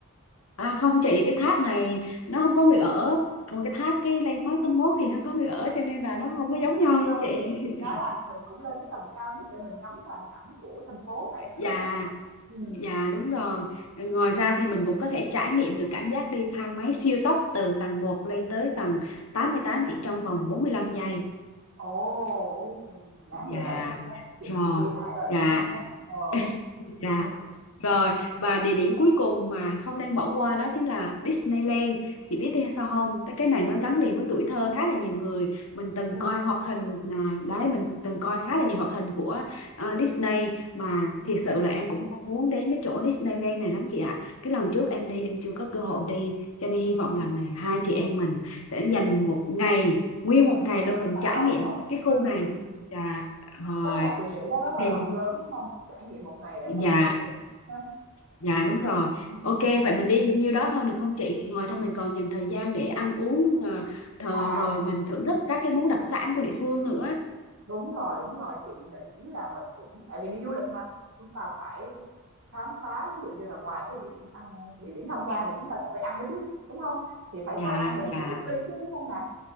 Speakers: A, on the left; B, on the right.
A: à không chị cái tháp này nó không có người ở còn cái tháp cái landmark tám mốt thì nó có người ở cho nên là nó không có
B: À,
A: giống nhau nha
B: không,
A: chị
B: ý ý chị nói
A: <laughs>
B: là mình cũng lên cái tầng cao nhất để mình ngắm toàn cảnh của thành phố vậy á,
A: dạ
B: đúng vậy đúng không? Ừ.
A: Dạ đúng rồi. Ngoài ra thì mình cũng có thể trải nghiệm được cảm giác đi thang máy siêu tốc từ tầng một lên tới tầng 88 chỉ trong vòng 45 giây.
B: Ồ, ok, đáng
A: Dạ.
B: để trải nghiệm đó.
A: Rồi.
B: Chị chị ghi lại rồi
A: Dạ.
B: nhé Trâm nhé. Ờ.
A: <laughs> Dạ.
B: Ừ.
A: Rồi, và địa điểm cuối cùng mà không nên bỏ qua đó chính là Disneyland. Chị biết tại sao không? Tại cái này nó gắn liền với tuổi thơ khá là nhiều người. Mình từng
B: Ừ.
A: coi hoạt hình à, đấy mình từng coi khá là nhiều hoạt hình của ờ, Disney mà
B: Ừ.
A: thiệt sự là em cũng mong muốn đến cái chỗ Disneyland này lắm chị ạ. Cái lần trước em đi em chưa có cơ hội đi, cho nên hy vọng
B: Ừ.
A: lần này hai chị em mình sẽ dành một ngày, nguyên một ngày luôn
B: Khám
A: mình
B: phá
A: trải nghiệm
B: đúng không?
A: cái
B: Ừ.
A: khu này.
B: Ừ.
A: Dạ, rồi.
B: Chắc là chị nghĩ đó rất là
A: Thì
B: rộng lớn đúng không? Trải nghiệm một ngày là
A: dạ
B: chắc đủ rồi đó. ha?
A: Dạ đúng rồi.
B: Ừ.
A: Ok vậy mình đi nhiêu đó thôi được không chị? Ngoài ra mình còn dành thời gian để ăn uống ờ, thờ,
B: À,
A: rồi mình thưởng
B: ừ.
A: thức các cái món đặc sản của địa phương nữa.
B: Đúng rồi, đúng rồi, chị nghĩ là mình cũng tại vì đi du lịch mà, chúng ta phải khám phá ví dụ như là ngoài cái địa điểm ăn địa điểm tham quan thì chúng ta còn phải ăn nữa chứ đúng không thì phải
A: Dạ
B: có ăn thì mới
A: dạ
B: có bước đi chứ đúng không nè